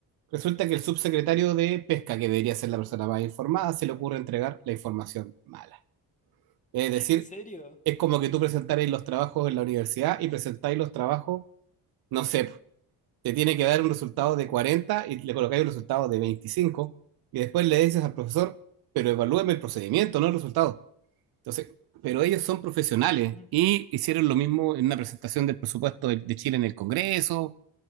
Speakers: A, on the right (about 70°); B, on the left (about 20°).
A: resulta que el subsecretario de Pesca, que debería ser la persona más informada, se le ocurre entregar la información mala. Es
B: ¿En
A: decir,
B: serio?
A: Es como que tú presentarais los trabajos en la universidad y presentáis los trabajos, no sé, po, te tiene que dar un resultado de 40 y le colocáis un resultado de 25 y después le dices al profesor, pero evalúeme el procedimiento, no el resultado. Entonces, pero ellos son profesionales
B: Mm.
A: y hicieron lo mismo en una presentación del presupuesto de, de Chile en el Congreso.